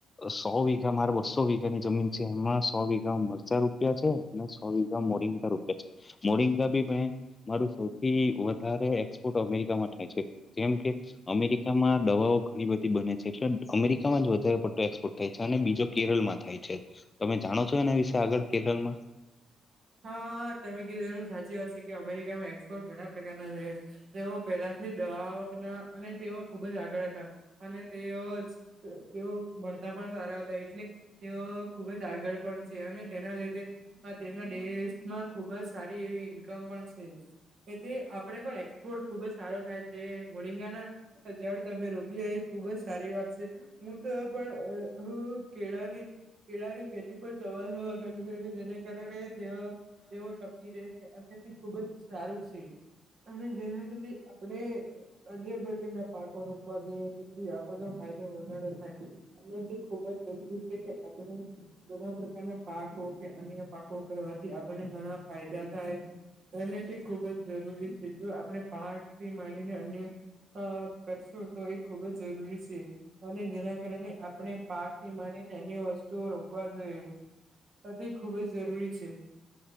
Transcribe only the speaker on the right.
હા તમે કીધું એ સાચી વાત છે કે અમેરિકામાં એક્સપોર્ટ ઘણા પ્રકારના છે. તેઓ પેલાથી દવાઓના અને તેઓ ખુબ જ આગળ હતા અને તેઓ જ તેઓ ભણતા પણ સારા હતા એટલે તેઓ ખુબ જ આગળ પણ છે અને તેના લીધે હા તેના દેશમાં ખુબ જ સારી એવી ઈન્કમ પણ છે. એથી આપડે પણ એક્સપોર્ટ ખુબ જ સારો થાય છે મોરિંગાના આ જાડ તમે રોપિયા એ ખુબ જ સારી વાત છે. હું તો પણ હું હું કેળાની કેળાની ખેતી પર ચવા જવા કરું છું અને જેને કારણે તેઓ તેઓ ટ <unintelligible> અને તે ખુબ જ સારું છે અને જેના લીધે આપણે અન્ય બર્ગરના પાકો રોપવાથી જેથી આપણનો ફાયદો વા વધારે થાય અમે જે ખુબ જ વધુ છે કે આપણો ઘણા પ્રકારના પાકો કે અન્ય પાકો કરવાથી આપણને ઘણા ફાયદા થાય. તેને તે ખુબ જ જરૂરી છે જો આપણે પાક થી માણીને અન્ય હા કરશું તો એ ખુબ જ જરૂરી છે. અને જેના કારણે આપણે પાક થી મળીને અન્ય વસ્તુઓ રોકવા જોઈએ. તો તે ખુબ જ જરૂરી છે.